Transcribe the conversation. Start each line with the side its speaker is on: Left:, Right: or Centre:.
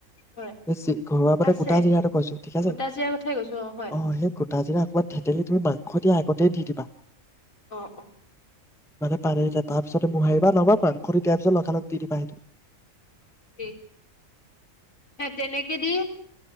Left: হয়
Centre: ঘৰুৱা পতে
Left: আছে
Centre: গোটা জিৰাটো কৈছো ঠিক আছে
Left: গোটা জিৰাৰ কথাই কৈছো হয়
Centre: অ', সেই গোটা জিৰা অকণমান থেতেলি তুমি মাংস দিয়া আগতেই দি দিবা।
Left: অ', অ'।
Centre: মানে পানী তাৰ পিছত মোহাৰিবা নবা খৰি দিয়াৰ পিছত লগত দি দিবা সেইটো।
Left: হেই হে, তেনেকে দি